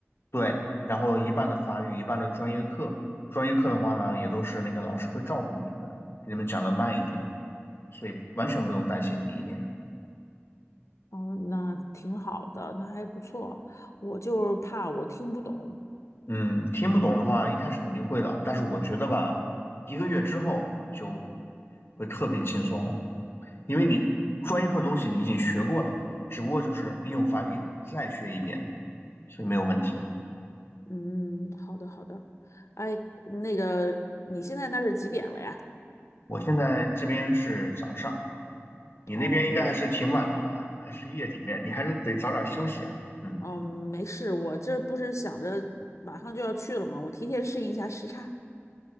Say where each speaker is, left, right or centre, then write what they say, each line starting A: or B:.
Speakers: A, on the left; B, on the left.
A: 对，然后一半的法语，一半的专业课。专业课的话呢，也都是那个老师会照顾你们，给你们讲的慢一点，所以完全不用担心第一年。
B: 哦，那挺好的，那还不错。我就是怕我听不懂。
A: 嗯，听不懂的话，一开始肯定会的，但是我觉得吧，一个月之后就会特别轻松了，因为你专业课东西你已经学过了，只不过就是利用法语再学一遍，所以没有问题。
B: 嗯，好的，好的。哎，那个，你现在那是几点了呀？
A: 我现在这边是早上，你那边应该还是挺晚的吧？
B: 哦，对，
A: 还是夜里面？你还是得早点休息啊。嗯。
B: 嗯，没事，我这不是想着马上就要去了嘛，我提前适应一下时差。